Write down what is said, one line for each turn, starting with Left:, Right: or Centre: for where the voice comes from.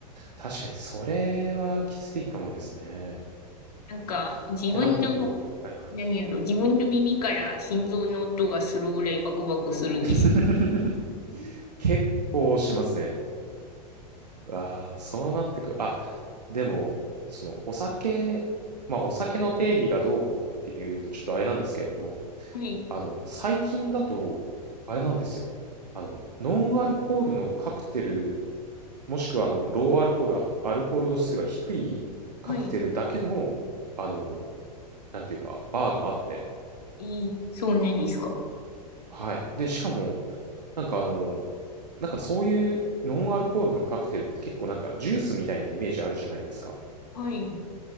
Right: 確かに、それはきついかもですね。
Left: なんか、
Right: ってなってくると、
Left: 自分の、
Right: はいはい。
Left: 何やろ、自分の耳から心臓の音がするぐらいバクバクするんです。
Right: <laughs> 結構しますね。ああ、そうなってく。あ、でも、その、お酒、まあ、お酒の定義がどうこうっていうと、ちょっとあれなんですけれども、
Left: はい。
Right: あの、最近だと、あれなんですよ。あの、ノンアルコールのカクテル、もしくは、あの、ローアルコール、あの、アルコール度数が低いカクテルだけの、
Left: はい。
Right: あの、なんていうか、バーがあって、
Left: いい。そうなんですか。
Right: はい。で、しかも、なんかあの、なんかそういうノンアルコールのカクテルって結構なんかジュースみたいなイメージあるじゃないですか。
Left: はい。